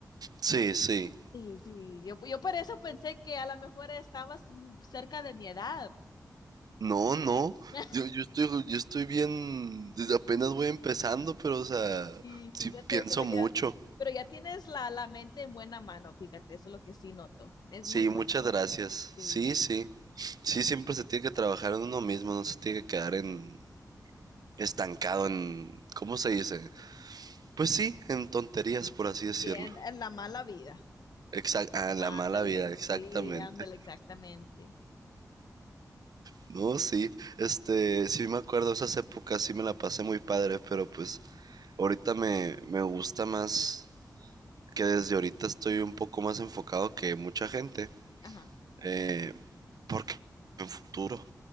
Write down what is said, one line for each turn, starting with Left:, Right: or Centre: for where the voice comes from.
Right: Sí, sí.
Left: Sí, sí. Yo, yo por eso pensé que a lo mejor estabas mm, cerca de mi edad.
Right: No, no.
Left: <laughs>
Right: Yo, yo estoy, yo estoy bien. desde apenas voy empezando, pero, o sea,
Left: Y
Right: sí
Left: fíjate,
Right: pienso
Left: pero ya,
Right: mucho.
Left: pero ya tienes la, la mente en buena mano, fíjate, eso es lo que sí noto. Es
Right: Sí,
Left: muy bueno,
Right: muchas
Left: muy
Right: gracias.
Left: bueno. Sí.
Right: Sí, sí. Sí, siempre se tiene que trabajar en uno mismo, no se tiene que quedar en estancado en, ¿cómo se dice? Pues sí, en tonterías, por así decirlo.
Left: Y en, en la mala vida.
Right: Exact, ah, la
Left: Ándale,
Right: mala vida, exactamente.
Left: sí, ándale, exactamente.
Right: No, sí, este, sí me acuerdo, esas épocas sí me la pasé muy padre, pero pues ahorita me, me gusta más que desde ahorita estoy un poco más enfocado que mucha gente,
Left: Ajá,
Right: eh, porque en futuro,